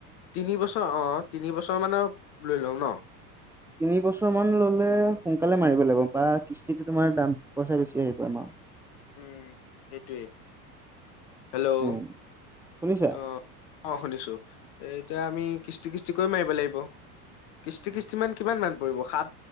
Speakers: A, on the left; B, in the centre.
A: তিনি বছৰ অ', তিনিবছৰ মানৰ লৈ লওঁ ন?
B: তিনিবছ ছৰ মান ললে সোনকালে মাৰিব লাগিব বা কিস্তিটো তোমাৰ দাম, পইচা বেছি আহিব আমাৰ।
A: উম সেইটোৱে, হেল্ল'
B: উম শুনিছা
A: অ', অ, শুনিছো, এতিয়া আমি কিস্তি কিস্তি কৰি মাৰিব লাগিব। কিস্তি কিস্তি মান কিমান মান পৰিব সাত,